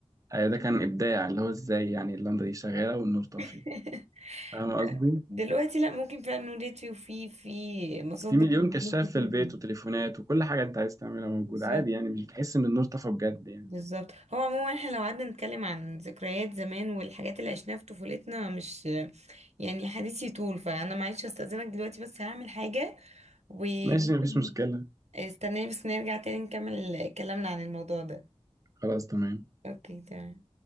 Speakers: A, on the right; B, on the right.
A: آه، ده كان ابداع اللي هو ازاي يعني اللمبه دي شغاله والنور طافي
B: <laughs>
A: فاهم قصدي
B: دلوقتي لا ممكن فعلا نولد فيه وفي في مصادر
A: في مليون
B: معلومات
A: كشاف
B: كتير
A: في البيت
B: جدا
A: وتليفونات وكل حاجه انت عايز تعملها موجوده
B: بالظبط
A: عادي يعني مش بتحس ان النور طفى بجد يعني
B: بالظبط هو عموما احنا لو قعدنا نتكلم عن ذكريات زمان والحاجات اللي عشناها في طفولتنا مش يعني حديثي طول فأنا معلش أستأذنك دلوقتي بس هعمل حاجة وممكن
A: ماشي مفيش مشكله
B: استناني بس نرجع تاني نكمل كلامنا عن الموضوع ده
A: خلاص تمام
B: اوكي تمام